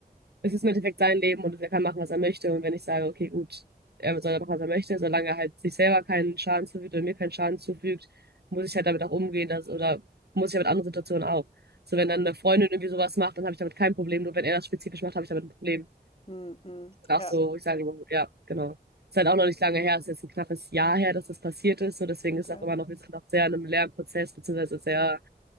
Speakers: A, on the right; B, on the left.
A: es ist im Endeffekt sein Leben und er kann machen, was er möchte. Und wenn ich sage, okay, gut, er soll machen, was er möchte, solange er halt sich selber keinen Schaden zufügt oder mir keinen Schaden zufügt, muss ich halt damit auch umgehen, dass, oder muss ich ja mit anderen Situationen auch. So, wenn dann eine Freundin irgendwie sowas macht, dann habe ich damit kein Problem. Nur wenn er das spezifisch macht, habe ich damit ein Problem.
B: Mhm.
A: Und
B: Ja,
A: auch so, wo ich sage, ja, genau. Ist halt auch noch nicht lange her, ist jetzt ein knappes Jahr her, dass das passiert ist. So, deswegen
B: okay.
A: ist auch immer noch, wir sind noch sehr in einem Lernprozess, beziehungsweise sehr,